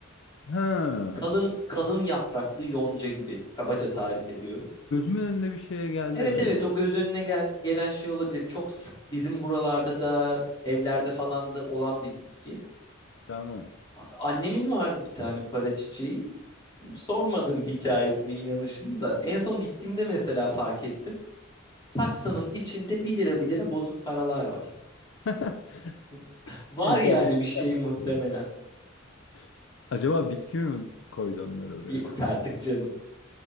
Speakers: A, on the left (about 65°); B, on the left (about 20°).
A: Ha.
B: Kalın kalın yapraklı yonca gibi kabaca tarif ediyorum.
A: Gözümün önüne bir şeye geldi
B: Evet
A: evet.
B: evet o göz önüne gel, gelen şey olabilir. Çok sık bizim buralarda da evlerde falan da olan bir bitki.
A: Tamam.
B: Abi, annemin vardı bir tane para çiçeği. Sormadım hikayesini, inanışını da. En son gittiğimde mesela fark ettim. Saksının içinde bir lira bir lira bozuk paralar var.
A: <laughs>
B: <laughs> Var
A: Güzel
B: yani
A: değil
B: bir şey muhtemelen.
A: mi? <laughs> Acaba bitki mi koydu onları
B: <laughs>
A: oraya?
B: Yok artık canım.